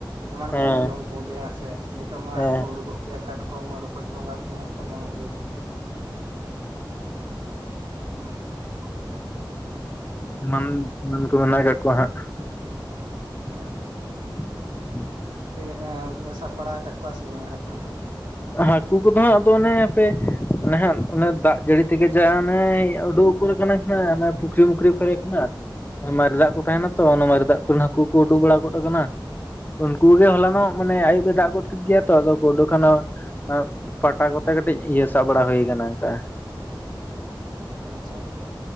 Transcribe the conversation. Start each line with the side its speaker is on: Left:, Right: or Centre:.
Right: ᱮᱢᱟᱱ
Left: ᱦᱮᱸ
Right: ᱠᱚᱦᱚᱸ ᱡᱚᱢ ᱠᱚᱜᱮᱭᱟ ᱦᱟᱸᱜ ᱥᱮ ᱱᱤᱛᱚᱜ ᱢᱟ
Left: ᱦᱮᱸ
Right: ᱦᱟᱸᱜ ᱠᱚ ᱩᱰᱩᱠᱚᱜ ᱜᱮᱭᱟ ᱠᱟᱴᱠᱚᱢ ᱨᱚᱠᱚᱡ ᱜᱚᱸᱜᱟ ᱠᱚᱢᱟ ᱠᱚ ᱧᱟᱢᱚᱜ ᱜᱮᱭᱟ᱾ ᱟᱪᱪᱷᱟ ᱾
Left: ᱮᱢᱟᱱ ᱮᱢᱟᱱ ᱠᱚ ᱢᱮᱱᱟᱜᱠᱟᱜ ᱠᱚᱣᱟ ᱦᱟᱜ ᱾
Right: <inaudible>
Left: <unintelligible>
Right: ᱛᱤᱱᱟᱹᱜ ᱜᱟᱱ ᱯᱮ ᱥᱟᱵ ᱵᱟᱲᱟ ᱟᱠᱟᱫ ᱠᱚᱣᱟ ᱥᱮ ᱵᱟᱝᱟ ᱦᱟᱹᱠᱩ ᱠᱚ?
Left: ᱦᱟᱹᱠᱩ ᱠᱚᱫᱚ ᱦᱟᱸᱜ ᱟᱫᱚ ᱚᱱᱮᱯᱮ ᱚᱱᱮ ᱦᱟᱸᱜ ᱚᱱᱮ ᱫᱟᱜ ᱡᱟᱹᱲᱤ ᱛᱮᱜᱮ ᱡᱟ ᱚᱱᱮ ᱩᱰᱩᱠ ᱜᱚᱫᱜᱚ ᱟᱠᱟᱱᱟ ᱯᱩᱠᱷᱨᱤ ᱢᱩᱠᱷᱨᱤ ᱠᱚᱨᱮ ᱠᱷᱚᱱᱟᱜ ᱢᱟᱨᱮ ᱫᱟᱜ ᱠᱚ ᱛᱟᱦᱮᱱᱟ ᱛᱚ ᱚᱱᱟ ᱢᱟᱨᱮ ᱫᱟᱜ ᱠᱚ ᱛᱟᱦᱮᱱᱟ ᱛᱚ ᱦᱟᱹᱠᱩ ᱠᱚ ᱩᱰᱩᱠ ᱵᱟᱲᱟ ᱜᱚᱫ ᱟᱠᱟᱱᱟ᱾ ᱩᱱᱠᱩ ᱜᱮ ᱦᱚᱞᱟᱱᱚᱜ ᱢᱟᱱᱮ ᱟᱭᱩᱵ ᱜᱮ ᱫᱟᱜ ᱜᱚᱫ ᱠᱮᱫ ᱜᱮᱭᱟ ᱛᱚ ᱟᱫᱚ ᱠᱚ ᱳᱰᱳᱠᱩ ᱮᱱᱟ ᱾ ᱮᱸ ᱯᱟᱴᱟ ᱠᱚᱛᱮ ᱠᱟᱹᱴᱤᱡ ᱤᱭᱟᱹ ᱥᱟᱵ ᱵᱟᱲᱟ ᱦᱩᱭ ᱠᱟᱱᱟ ᱮᱱᱠᱟ᱾
Right: ᱟᱪᱪᱷᱟ